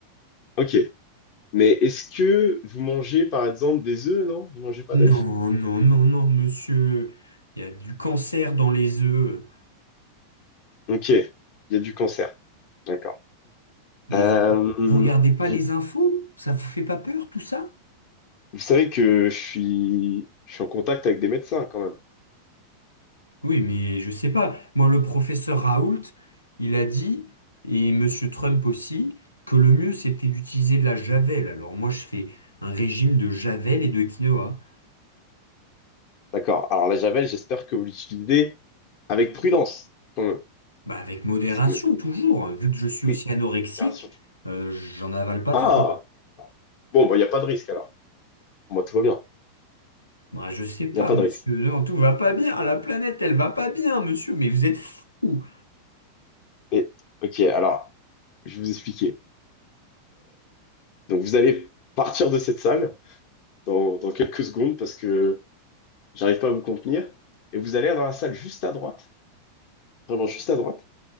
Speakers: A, on the left (about 45°); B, on the left (about 85°).
A: ok. Mais est-ce que vous mangez, par exemple, des œufs, non? Vous mangez pas
B: Non,
A: d'œufs?
B: non, non, non, monsieur. Il y a du cancer dans les œufs.
A: Ok. Il y a du cancer. D'accord.
B: Mais
A: Euh,
B: vous, vous regardez pas
A: vous
B: les infos? Ça vous fait pas peur tout ça?
A: Vous savez que je suis, je suis en contact avec des médecins quand même.
B: Oui, mais je sais pas. Moi, le professeur Raoult, il a dit, et Monsieur Trump aussi, que le mieux c'était d'utiliser de la javel. Alors moi, je fais un régime de javel et de quinoa.
A: D'accord. Alors la Javel, j'espère que vous l'utilisez avec prudence quand même.
B: Bah, avec modération,
A: Parce que,
B: toujours. Vu que je suis
A: oui,
B: aussi anorexique,
A: bien sûr.
B: euh, j'en avale pas
A: Ah!
B: trop.
A: Bon, bah, il n'y a pas de risque alors. Moi, tout va bien.
B: Bah, je sais pas,
A: Il n'y a pas
B: monsieur.
A: de risque.
B: Non, tout va pas bien. La planète, elle va pas bien, monsieur. Mais vous êtes fou.
A: Mais, ok, alors, je vais vous expliquer. Donc, vous allez partir de cette salle dans, dans quelques secondes parce que j'arrive pas à vous contenir. Et vous allez dans la salle juste à droite, vraiment juste à droite,